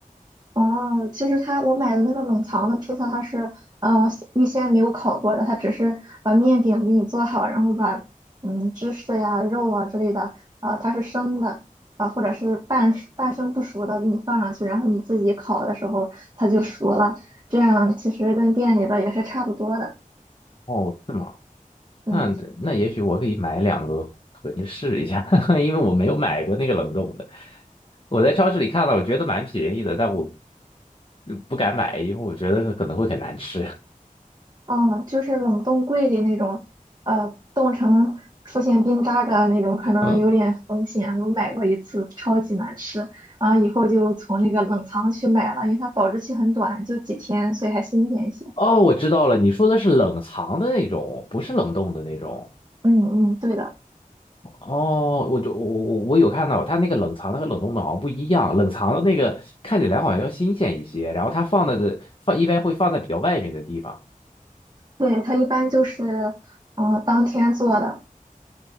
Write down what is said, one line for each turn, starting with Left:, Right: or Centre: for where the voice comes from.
Right: 哦，其实它我买的那个冷藏的披萨，它是呃预先没有烤过的，它只是把面饼给你做好，然后把嗯芝士呀、肉啊之类的，啊、它是生的，啊、或者是半熟半生不熟的给你放上去，然后你自己烤的时候它就熟了，这样其实跟店里的也是差不多的。
Left: 哦，是吗？
Right: 嗯
Left: 那那也许我可以买两个回去试一下，<laughs> 因为我没有买过那个冷冻的。我在超市里看到，我觉得蛮便宜的，但我不敢买，因为我觉得可能会很难吃。
Right: 嗯，就是冷冻柜里那种，呃，冻成出现冰渣渣的那种，可能有点风险。
Left: 嗯，
Right: 我买过一次，超级难吃，然后以后就从那个冷藏去买了，因为它保质期很短，就几天，所以还新鲜一些。
Left: 哦，我知道了，你说的是冷藏的那种，不是冷冻的那种。
Right: 嗯嗯，对的，
Left: 哦，我就我我我有看到，它那个冷藏的和冷冻的好像不一样，冷藏的那个看起来好像要新鲜一些，然后它放在的放一般会放在比较外面的地方。
Right: 对，它一般就是，嗯、当天做的，